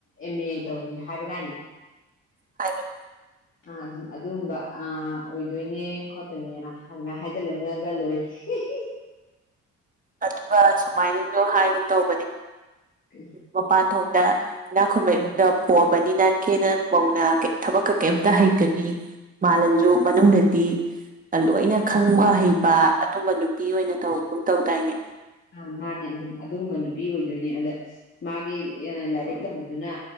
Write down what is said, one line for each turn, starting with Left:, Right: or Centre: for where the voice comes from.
Left: ꯑꯦꯃꯦ ꯇꯧꯔꯤ ꯍꯥꯏꯕꯗꯥꯏꯅꯦ
Right: ꯍꯥꯏꯕꯅꯤ
Left: <inaudible> ꯑꯥ ꯑꯗꯨꯝ ꯑꯗꯨꯝꯕ ꯑꯥ ꯑꯣꯏꯗꯣꯏꯅꯦ ꯈꯣꯠꯇꯣꯏꯅꯦꯅ ꯑꯗꯨꯃꯥꯏ ꯍꯥꯏꯖꯤꯜꯂꯝꯃꯒ ꯂꯣꯏꯔꯦ <unintelligible>
Right: ꯑꯗꯨꯒ ꯁꯨꯃꯥꯏꯅꯖꯨ ꯍꯥꯏꯒꯨꯝ ꯇꯧꯕꯅꯤ
Left: <unintelligible>
Right: ꯃꯄꯥꯟꯊꯣꯡꯗ ꯏꯅꯥꯛ ꯈꯨꯟꯕ
Left: ꯎꯝ
Right: ꯏꯃꯨꯡꯗ ꯄꯣꯛ ꯃꯕꯅꯤꯅ ꯀꯦꯅ ꯃꯧꯅ ꯀꯦꯝ ꯊꯕꯛꯀ ꯀꯩꯝꯇ ꯍꯩꯇꯕꯤ ꯃꯥꯜꯂꯖꯨ
Left: ꯑꯥ
Right: ꯃꯅꯨꯡꯗꯗꯤ ꯂꯣꯏꯅ ꯈꯪꯕ ꯍꯩꯕ ꯑꯗꯨꯝꯕ ꯅꯨꯄꯤ ꯑꯣꯏꯅ ꯇꯧꯒꯨꯝ ꯇꯧꯗꯥꯏꯅꯦ
Left: ꯑꯥ ꯃꯥꯟꯅꯦ ꯑꯗꯨꯝ ꯑꯗꯨꯒꯨꯝꯕ ꯅꯨꯄꯤ ꯑꯣꯏꯗꯣꯏꯅꯦ ꯑꯗ ꯃꯥꯒꯤ ꯑ ꯂꯥꯏꯔꯤꯛ ꯇꯝꯕꯗꯨꯅ